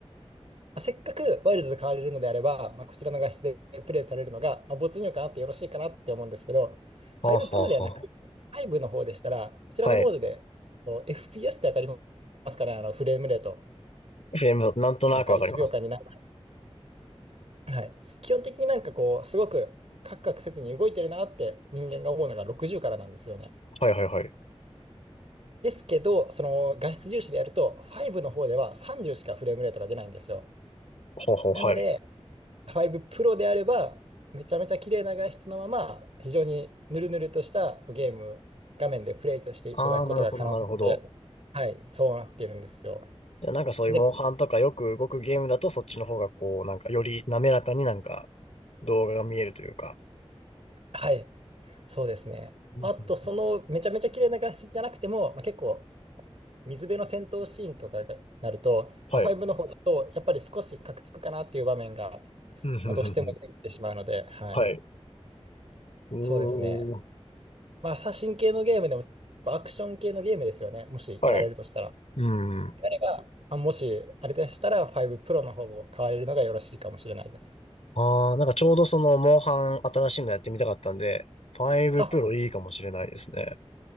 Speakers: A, on the right; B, on the left.
A: まあ、せっかくワイルズで買われるのであれば、まあ、こちらの画質でプレイされるのが、まあ、没入感あってよろしいかなって思うんですけど、5
B: はあ、はあ、
A: Pro ではなく、
B: は
A: 5の方でしたら、こちらのモードで、
B: あ。はい。
A: そう FPS ってわかりますかね、あのフレームレート。
B: フレーム、なんとなくわかります。
A: なんか1秒間にな、はい。基本的になんかこう、すごくカクカクせずに動いてるなって人間が思うのが60からなんですよね。
B: はいはいはい。
A: ですけど、その画質重視でやると、ファイブの方では30しかフレームレートが出ないんですよ。
B: ほうほう、
A: なので、
B: はい。
A: ファイブプロであれば、めちゃめちゃ綺麗な画質のまま、非常にヌルヌルとしたこうゲーム、画面でプレイとしていただくことが可能で、
B: ああ、なるほどなるほど。
A: はい、そうなっているんですよ。
B: じゃあなんかそういうモンハンとかよく動くゲームだとそっちの方がこう、
A: で、こ
B: なんかより滑らかになんか動画が見えるというか。
A: はい、そうですね。
B: うんうん
A: あと、そのめちゃめちゃ綺麗な画質じゃなくても、まあ、結構水辺の戦闘シーンとかになると、
B: はい。
A: まあ、5の方だと、やっぱり少しカクつくかなっていう場面が、
B: うんふんふんふん
A: まあ、どうしても出てきてしまうので、はい、
B: はい。お
A: そうですね。
B: ー。
A: まあ、写真系のゲームでも、アクション系のゲームですよね、もしやられるとしたら。
B: はい。うん。
A: があ、もし、あれでしたら、5プロの方を買われるのがよろしいかもしれないです。
B: ああ、なんかちょうどその、モンハン新しいのやってみたかったんで、5プロいいかもしれないですね。
A: あ、